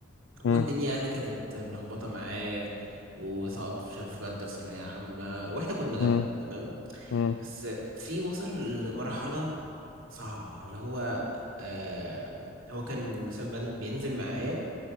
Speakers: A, on the right (about 85°); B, on the left (about 80°).
A: هو
B: مم،
A: الدنيا يعني كانت ملخبطة معاه وسقط في في مادة في ثانوية عامة واحنا كنا جنب
B: مم،
A: تمام
B: مم،
A: بس في وصل لمرحلة صعبة اللي هو آه هو كان مثلا بن- بينزل معايا